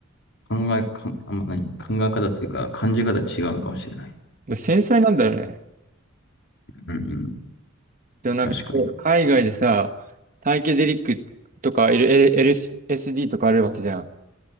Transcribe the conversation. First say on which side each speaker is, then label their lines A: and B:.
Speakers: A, on the left; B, on the right.
A: 考え、かんあ、まあ、何、考え方っていうか、感じ方違うのかもしれない。
B: で繊細なんだよね。
A: うんうん
B: でもなんか、
A: 確かに。
B: 海外でさ、サイケデリックとか、L- L- LSD とかあるわけじゃん。